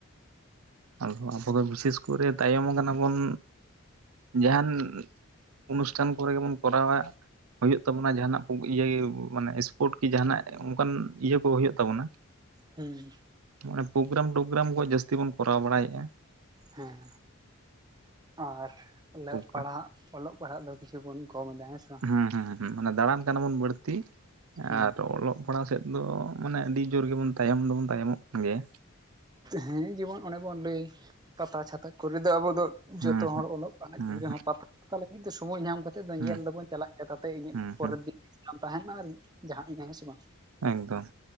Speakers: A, on the right; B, on the right.
A: ᱟᱫᱚ ᱟᱵᱚ ᱫᱚ ᱵᱤᱥᱮᱥ ᱠᱚᱨᱮ ᱛᱟᱭᱚᱢ ᱠᱟᱱᱟ ᱵᱚᱱ ᱡᱟᱦᱟᱱ ᱚᱱᱩᱥᱴᱷᱟᱱ ᱠᱚᱨᱮ ᱜᱮᱵᱚᱱ ᱠᱚᱨᱟᱣᱟ᱾ ᱦᱳᱭᱳᱜ ᱛᱟᱵᱚᱱᱟ ᱡᱟᱦᱟᱱᱟᱜ ᱤᱭᱟᱹ ᱢᱟᱱᱮ ᱮᱥᱯᱳᱨᱴ ᱠᱤ ᱡᱟᱦᱟᱱᱟᱜ ᱚᱱᱠᱟᱱ ᱤᱭᱟᱹ ᱠᱚ ᱦᱳᱭᱳᱜ ᱛᱟᱵᱚᱱᱟ᱾
B: ᱦᱮᱸ᱾
A: ᱢᱟᱱᱮ ᱯᱨᱳᱜᱨᱟᱢ ᱴᱳᱜᱨᱟᱢ ᱠᱚ ᱡᱟᱹᱥᱛᱤ ᱵᱚᱱ ᱠᱚᱨᱟᱣ ᱵᱟᱲᱟᱭᱮᱫᱼᱟ᱾
B: ᱦᱮᱸ ᱟᱨ ᱟᱹᱞᱟᱹᱜ
A: ᱯᱨᱳᱜᱨᱟᱢ
B: ᱯᱟᱲᱦᱟᱜ ᱚᱞᱚᱜ ᱯᱟᱲᱦᱟᱜ ᱫᱚ ᱠᱤᱪᱷᱩ ᱵᱚᱱ ᱠᱚᱢ ᱮᱫᱟ ᱦᱮᱸᱥᱮ?
A: ᱦᱮᱸ ᱦᱚᱸ ᱦᱚᱸ ᱢᱟᱱᱮ ᱫᱟᱬᱟᱱ ᱠᱟᱱᱟ ᱵᱚᱱ ᱵᱟᱹᱲᱛᱤ
B: ᱦᱮᱸ
A: ᱟᱨ ᱚᱞᱚᱜ ᱯᱟᱲᱦᱟᱣ ᱥᱮᱫ ᱫᱚ ᱢᱟᱱᱮ ᱟᱹᱰᱤ ᱡᱳᱨ ᱜᱮᱵᱚᱱ ᱛᱟᱭᱚᱢ ᱫᱚᱵᱚᱱ ᱛᱟᱭᱚᱢᱚᱜ ᱠᱟᱱ ᱜᱮᱭᱟ᱾
B: ᱦᱮᱸ ᱡᱮᱢᱚᱱ ᱚᱱᱮ ᱵᱚᱱ ᱞᱟᱹᱭ ᱯᱟᱛᱟ ᱪᱷᱟᱛᱟ ᱠᱚᱨᱮ ᱫᱚ ᱟᱵᱚ ᱫᱚ ᱡᱚᱛᱚ
A: ᱦᱩᱸ ᱦᱩᱸ
B: ᱦᱚᱲ ᱚᱞᱚᱜ ᱯᱟᱲᱦᱟᱜ
A: ᱦᱩᱸ
B: ᱜᱤᱫᱽᱨᱟᱹ ᱦᱚᱸ ᱯᱟᱛᱟ ᱚᱠᱟ ᱞᱟᱹᱜᱤᱫ ᱛᱮ ᱥᱚᱢᱳᱭ ᱧᱟᱢ ᱠᱟᱛᱮ ᱫᱚ ᱧᱮᱞ
A: ᱦᱩᱸ
B: ᱫᱚᱵᱚᱱ ᱪᱟᱞᱟᱜ ᱜᱮᱭᱟ ᱛᱟᱛᱮ ᱤᱧᱟᱹᱜ
A: ᱦᱩᱸ
B: ᱯᱚᱨᱮᱨ
A: ᱦᱩᱸ
B: ᱫᱤᱱ ᱛᱟᱦᱮᱱᱟ ᱟᱨ ᱡᱟᱦᱟᱸ ᱜᱮ ᱦᱮᱸ ᱥᱮ ᱵᱟᱝ?
A: ᱮᱠᱫᱚᱢ